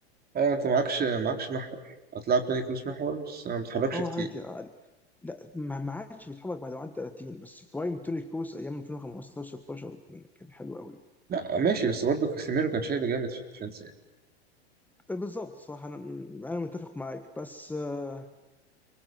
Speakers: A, on the right; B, in the centre.
A: ايوه انت معكش معكش محور هتلعب توني كروز محور بس ما بتحركش
B: او
A: كتير
B: عادي يعني لا ما ما عادش بيتحرك بعد ما عدى 30 بس برايم توني كروز ايام 2015 16 كان كان حلو قوي
A: لا ماشي بس برضه كاسيميرو كان شايله جامد في الديفنس يعني
B: أه، بالظبط صح انا انا متفق معاك بس آه،